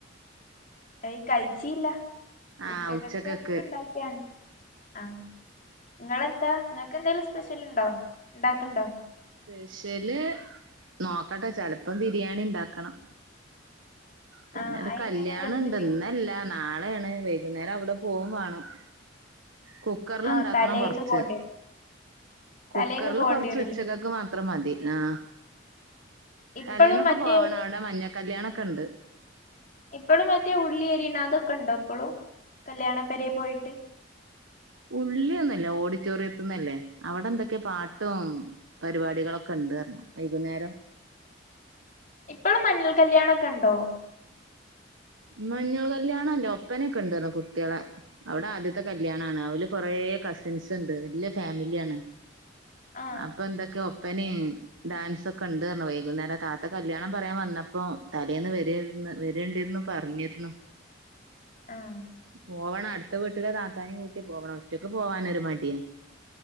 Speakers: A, on the left (about 45°); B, on the right (about 90°).
A: ഏയ്, കഴിച്ചിയില്ല ഉച്ചകത്തക്കെ
B: ആഹ് ഉച്ചക്കക്ക്
A: ഉണ്ടായി ബിരിയാണി ആഹ്. നിങ്ങെളന്താ ങ്ങക്ക് എന്തെലും സ്പേഷ്യല്ണ്ടോ ഉണ്ടാക്ക്ണ്ടോ?
B: സ്പെഷ്യല് നോക്കട്ടെ ചെലപ്പം ബിരിയാണി ണ്ടാക്കണം.
A: <inaudible>
B: പിന്നെരു
A: അത്
B: കല്യാണംണ്ട്
A: എങ്ങനെ റെസിപ്പി
B: ഇന്നല്ലാ നാളെയാണ് വൈകുന്നേരം അവടെ പോകും വാണം. കുക്കറില്
A: ആ
B: ഉണ്ടാക്കണം
A: തലേന്ന്
B: കൊറച്ച്
A: പോണ്ടി
B: കുക്കറില്
A: തലേന്ന് പോകേണ്ടി
B: കൊറച്ച്
A: വരൂല്ലേ
B: ഉച്ചക്കക്ക് മാ അത്ര മതി ആഹ്,
A: ഇപ്പളും
B: തലേന്നൊക്കെ
A: മറ്റേ
B: പോവണം അവടെ മഞ്ഞ കല്യാണംക്കെ ഉണ്ട്.
A: ഇപ്പോഴും മറ്റേ ഉള്ളി അരിണാതൊക്കെ ഉണ്ടോ ഇപ്പളും, കല്യാണ പേരെ പോയിട്ട്.
B: ഉള്ളിയൊന്നല്ല ഓഡിറ്റോറിയത്തിന്നല്ലേ, അവടെ ന്തൊക്കേ പാട്ടും. പരിപാടികളൊക്കണ്ട് റഞ്ഞു വൈകുന്നേരം
A: ഇപ്പളും മഞ്ഞൽ കല്യാണൊക്കെണ്ടോ?
B: മഞ്ഞൾ കല്യാണല്ലാ, ഒപ്പനൊക്കണ്ട്ർന്നു കുട്ടീളെ. അവടെ ആദ്യത്തെ കല്യാണാണ്, ഓല് കൊറെ കസിൻസ്ണ്ട് വല്ലിയെ ഫെമിലി ആണ്.
A: ആ
B: അപ്പൊന്തൊക്കെ ഒപ്പനിം ഡാൻസ് ഒക്കെണ്ട് ർന്നു വൈകുന്നേരം താത്ത കല്യാണം പറയാൻ വന്നപ്പോ തലേന്ന് വരരുന്നു വരേണ്ടിരുന്നു പറഞ്ഞിരുന്നു.
A: ആഹ്.
B: പോവണം അടുത്ത വീട്ടിലെ താത്താനിം കൂട്ടി പോവണം ഒറ്റക്ക് പോവാൻ ഒരു മടിയാ.